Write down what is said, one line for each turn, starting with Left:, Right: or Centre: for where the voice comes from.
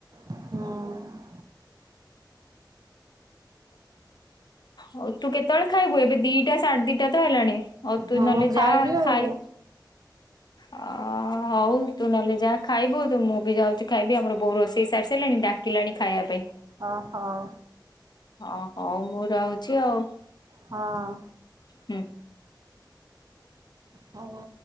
Right: ହଁ,
Left: ଆଉ ତୁ କେତେବେଳେ ଖାଇବୁ ଏବେ ଦିଟା ସାଢେ ଦିଟା ତ ହେଲାଣି ଆଉ ତୁ
Right: ହଁ
Left: ନହେଲେ
Right: ହଁ
Left: ଯା
Right: ଖାଇବି ଆଉ
Left: ଖାଇ ଅ ହଉ ତୁ ନହେଲେ ଯା ଖାଇବୁ ତ ମୁଁ ବି ଯାଉଛି ଖାଇବି ଆମର ବୋଉ ରୋଷେଇ ସାରି ସାଇଲାଣି ଡାକିଲାଣି ଖାଇବା ପାଇଁ।
Right: ହ ହଉ
Left: ହଁ ହଉ ମୁଁ ରହୁଛି ଆଉ
Right: ହଁ,
Left: ହୁଁ।
Right: ହଉ।